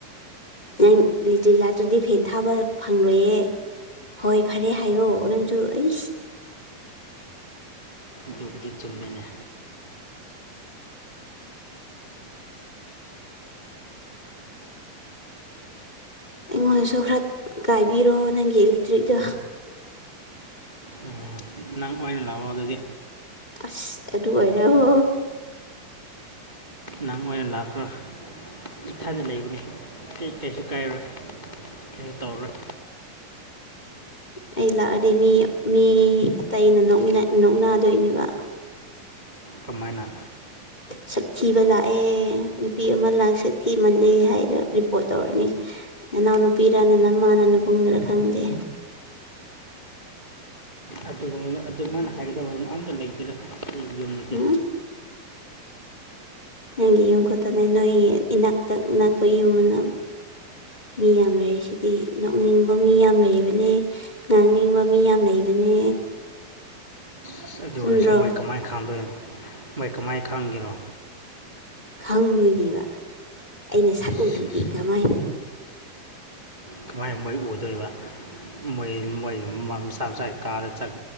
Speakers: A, on the left; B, on the right.
A: ꯅꯪ ꯏꯂꯦꯛꯇ꯭ꯔꯤꯛ ꯂꯥꯛꯇ꯭ꯔꯗꯤ ꯐꯦꯟ ꯊꯥꯕ ꯐꯪꯂꯣꯏꯌꯦ ꯍꯣꯏ ꯐꯔꯦ ꯍꯥꯏꯌꯣ ꯅꯪꯖꯨ ꯑꯩꯁ
B: ꯑꯗꯨꯕꯨꯗꯤ ꯆꯨꯝꯃꯦꯅꯦ
A: ꯑꯩꯉꯣꯟꯗꯁꯨ ꯈꯔ ꯀꯥꯏꯕꯤꯔꯣ ꯅꯪꯒꯤ ꯏꯂꯦꯛꯇ꯭ꯔꯤꯛꯇꯣ
B: ꯎꯝ, ꯅꯪ ꯑꯣꯏꯅ ꯂꯥꯛꯑꯣ ꯑꯗꯨꯗꯤ
A: ꯑꯁ ꯑꯗꯨ ꯑꯣꯏꯔꯍꯣ
B: ꯅꯪ ꯑꯣꯏꯅ ꯂꯥꯛꯈ꯭ꯔꯣ ꯏꯊꯟꯗ ꯂꯩꯕꯅꯤ ꯑꯩ ꯀꯩꯁꯨ ꯀꯥꯏꯔꯣꯏ ꯀꯩꯁꯨ ꯇꯧꯔꯣꯏ
A: ꯑꯩ ꯂꯥꯛꯑꯗꯤ ꯃꯤ ꯃꯤ ꯑꯇꯩꯅ ꯅꯣꯛꯅ ꯅꯣꯛꯅꯗꯣꯏꯅꯦꯕ
B: ꯀꯃꯥꯏꯅ
A: ꯁꯛꯊꯤꯕ ꯂꯥꯛꯑꯦ ꯅꯨꯄꯤ ꯑꯃ ꯂꯥꯛ ꯁꯛ ꯊꯤꯃꯜꯂꯦ ꯍꯥꯏꯔ ꯔꯤꯄꯣꯔꯠ ꯇꯧꯔꯅꯤ ꯅꯅꯥꯎ ꯅꯨꯄꯤꯔꯅ ꯅꯃꯥꯅꯔ ꯅꯕꯨꯡꯅꯔ ꯈꯪꯗꯦ
B: ꯑꯗꯨꯒꯨꯝꯅ ꯑꯗꯨꯃꯥꯏꯅ ꯍꯥꯏꯒꯗꯕ ꯑꯝꯇ ꯂꯩꯇꯦꯗ ꯑꯈꯣꯏ ꯌꯨꯝꯗꯗꯤ
A: ꯎꯝ ꯅꯪꯒꯤ ꯌꯨꯝ ꯈꯛꯇꯅꯦ ꯅꯣꯏꯒꯤ ꯏꯅꯥꯛꯇꯛ ꯅꯛꯄ ꯌꯨꯝ ꯃꯥꯟꯅ ꯃꯤ ꯌꯥꯝ ꯂꯩꯁꯤꯗꯤ ꯅꯣꯛꯅꯤꯡꯕ ꯃꯤ ꯌꯥꯝ ꯂꯩꯕꯅꯦ ꯉꯥꯡꯅꯤꯡꯕ ꯃꯤ ꯌꯥꯝ ꯂꯩꯕꯅꯦ
B: ꯑꯁ ꯑꯗꯨ
A: ꯆꯨꯝꯗ꯭ꯔꯣ
B: ꯑꯣꯏꯔꯁꯨ ꯃꯣꯏ ꯀꯃꯥꯏ ꯈꯪꯗꯣꯏꯅꯣ ꯃꯣꯏ ꯀꯃꯥꯏ ꯈꯥꯡꯒꯦꯔꯣ
A: ꯈꯪꯗꯣꯏꯅꯦꯕ ꯑꯩꯅ ꯁꯛ
B: ꯁꯤꯁ
A: ꯎꯗ꯭ꯔꯗꯤ ꯀꯃꯥꯏꯅꯒ
B: ꯀꯃꯥꯏꯅ ꯃꯣꯏ ꯎꯗꯣꯏꯕ ꯃꯣꯏ ꯃꯣꯏꯒꯤ ꯃꯤ ꯃꯁꯥ ꯃꯁꯥꯒꯤ ꯀꯥꯗ ꯆꯪ